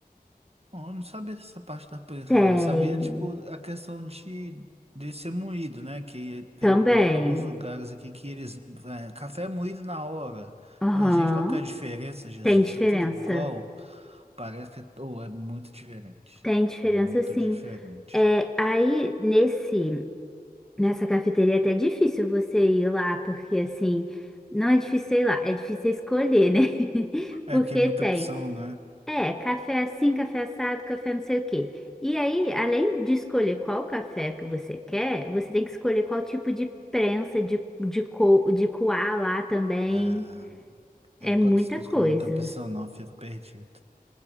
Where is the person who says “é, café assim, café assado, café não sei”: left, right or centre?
Centre